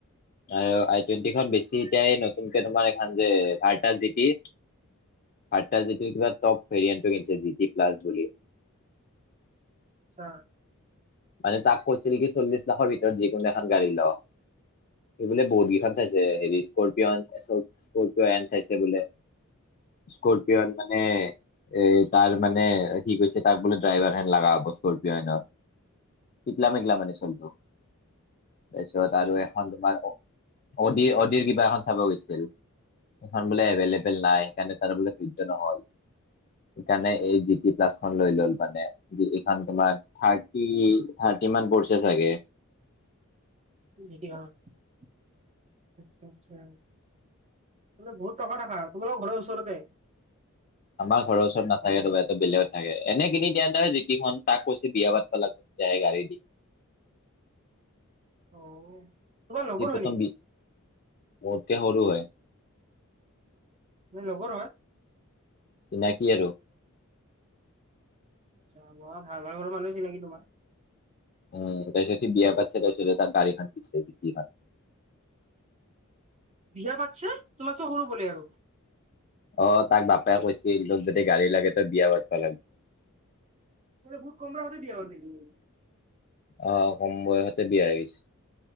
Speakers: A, on the left (about 40°); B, on the right (about 30°).
A: আৰু আই টুৱেণ্টি খন বেছি এতিয়া, নতুনকে তোমাৰ এইখন যে, ভাৰ্তা জিতি ভাৰ্তা জিতি কিবা টপ ভেৰিয়েনটো কিনিছে জিটি প্লাছ বুলি।
B: ছাৰ।
A: মানে তাক কৈছিল কি, চল্লিশ লাখৰ ভিতৰত যিকোনো এখন গাড়ী ল', সিবোলে বহুত কেইখন চাইছিল। যে হেৰি স্কৰপিঅ' এন, তাছত স্কৰপিঅ' এন চাইছে বোলে। স্কৰপিঅ' এন মানে এই তাৰ মানে কি কৈছে, তাক বোলে ড্ৰাইভাৰ হেন লগা হ'ব স্কৰপিঅ' এনত। পিকলা-মেগলা মানে চলটো তাৰপিছত আৰু এখন তোমাৰ অ'ডি, অ'ডিৰ কিবা এখন চাব গৈছিল। সেইখন বোলে এভেইলেবেল নাই, সেইকাৰণে তাৰ বোলে ধৈৰ্য নহ'ল। সেইকাৰণে এই জি টি প্লাছখন লৈ ল'ল মানে, এইখন তোমাৰ থাৰ্ড। কি, থাৰ্টি মান পৰিছে চাগে।
B: <unintelligible> আচ্ছা, আচ্ছা, বহুত টকা থকা তোমালোকৰ ঘৰত ওচৰতে।
A: আমাৰ ঘৰ ওচৰত নথাকে,
B: মানে
A: এটো বেলেগত থাকে। এনে কিনি দিয়া নাই জিতিখন। তাক কৈছে, বিয়া পাতব লাগ তেতিয়াহে গাড়ী দিম।
B: অ'। তোমাৰ লগৰ
A: সি
B: হয়
A: প্ৰথম
B: নেকি
A: বি, মোতকে সৰু হয়।
B: লগৰ হয়।
A: চিনাকি আৰু।
B: জানোঁ আ, ভাল, ভাল ঘৰৰ মানুহ চিনাকি তোমাৰ।
A: উম, তাৰপিছত সি বিয়া পতিছে, তাৰপিছতহে ডাইৰেক্ট হাত দিছে জীতি খন।
B: বিয়া পাতছে, তোমাতচে সৰু বোলে আৰু।
A: অ', তাক বাপা কৈছিল, তোক যদি গাড়ী লাগে তই বিয়া পাতবা লাগিব।
B: বহুত কম বয়সতে বিয়া হ'ল দেখোন।
A: অ', কম বয়সতে বিয়া হৈছে।